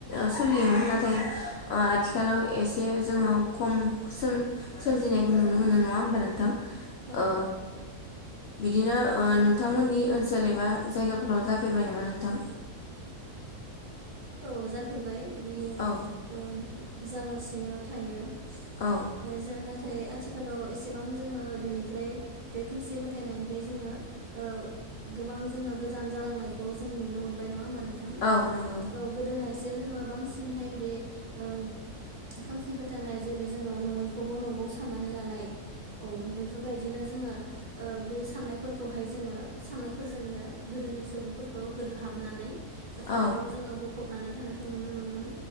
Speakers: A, on the left; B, on the right.
A: सोलियोमोन नाथाय आथिखाल लाव एसे जोङो खम सोम सोमजिनायखौ नुनो मोनो नङा होमबा नोंथां
B: औ
A: ओ बिदिनो नोंथांमोननि ओनसोल एबा जायगाफोराव जाफेरबाय नामा नोंथां
B: औ जाफेरबाय बियो
A: औ
B: ओ जागासिनो थायो
A: औ
B: ओ जोंना नाथाय आथिखालाव एसेबां जोङो बिनिफ्राय बे खोमसि फोथायनायनिफ्राय जोङो ओ गोबां जोङो गोजान जालांनायखौ जों नुनो मोनबाय नङा होमबा नोंथां
A: औ नगौ
B: औ गोदोहायसो जोङो बांसिनहाय बे ओ खोमसि फोथनाय जेरै जोङो नङैखौबो नंगौ साननानै लानाय औ बेफोरबायदिनो जोङो ओ बे साननायफोरखौहाय जोङो साननायफोरजोंनो गोदोनि सुबुंफोरखौ गोदोहाब बनानै
A: औ
B: थानायखौ जोङो गफबनानै थानायखौ नुनो मोनोमोन